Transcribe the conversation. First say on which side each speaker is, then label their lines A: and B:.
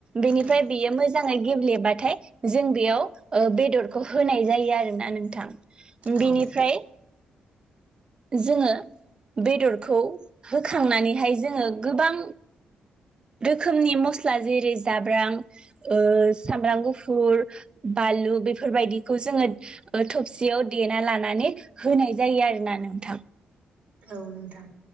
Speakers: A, on the right (about 30°); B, on the right (about 75°).
A: बेनिफ्राय
B: औ
A: बेयो मोजाङै गेब्लेबाथाय जों बेयाव ओ बेदरखौ होनाय जायो आरो ना नोंथां
B: औ
A: बेनिफ्राय जोङो बेदरखौ होखांनानैहाय जोङो गोबां रोखोमनि मस्ला जेरै जाब्रां ओ सामब्राम गुफुर बानलु बेफोरबायदिखौ जोङो थबसियाव देना लानानै होनाय जायो आरोना नोंथा
B: औ नोंथां